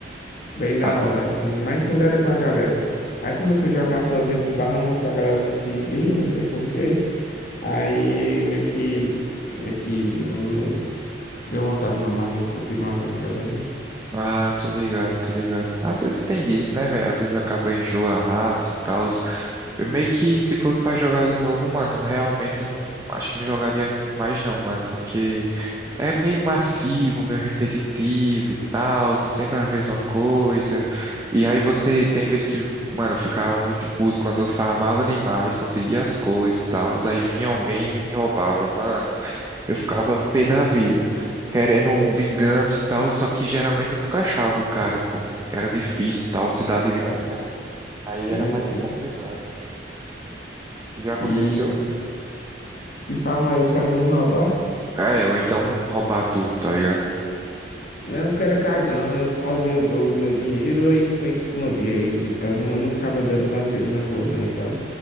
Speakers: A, on the left; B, on the right.
A: bem da
B: Ah,
A: hora, assim. Mas quando era com a galera. Aí quando eu fui jogar sozinho com o Bahamas, que a galera não quis ir, não sei por quê. Aí meio que, meio que não deu vontade não mais não continuar não jogando.
B: Ah, tô ligado, tô ligado. Às vezes tem disso, né, velho? Às vezes acaba enjoa rápido e tal. Eu meio que se fosse pra jogar de novo, mano, realmente eu não acho que não jogaria mais não, mano, porque é meio massivo, meio repetitivo e tal, sempre a mesma coisa. E aí você tem vezes que, mano, eu ficava muito puto quando eu farmava demais, conseguia as coisas e tal, aí vinha alguém e me roubava, mano. Eu ficava pé da vida, querendo um vingança e tal, só que geralmente eu nunca achava o cara, pô, que era difícil e tal, cidade grande, né? Aí
A: Sim,
B: era mais
A: sim.
B: complicado. Já aconteceu?
A: E De farmácia, os caras vinham roubar?
B: É, ou então roubar tudo, tá ligado?
A: Não, porque era cagão, eu fazia o meu, o meu dinheiro, aí isso meio que escondia eles e tal. Não, não ficava dando vacilo na rua, não, e tal.